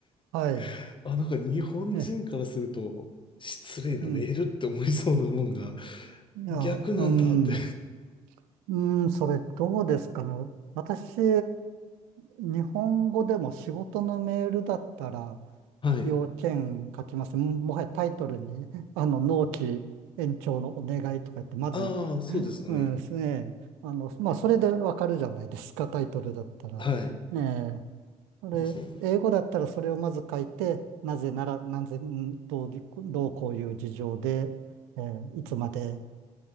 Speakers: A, on the right; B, on the left.
A: はい。
B: <laughs> あ、なんか日本人からすると、
A: え、
B: 失礼なメールって思いそうなものが
A: うん。いや、
B: 逆なんだって
A: うん、うん、それどうですかね。私、日本語でも仕事のメールだったら、
B: はい。
A: 要件書きます。もはやタイトルに、<laughs> あの、納期延長のお願いとか言って、まず、
B: ああ、そうですよね。
A: うんですね。あの、まあ、それでわかるじゃないですか、タイトルだったら。
B: はい。
A: ええこれ、
B: そう。
A: 英語だったらそれをまず書いて、なぜなら、なぜ、んどう、どうこういう事情で、えーいつまで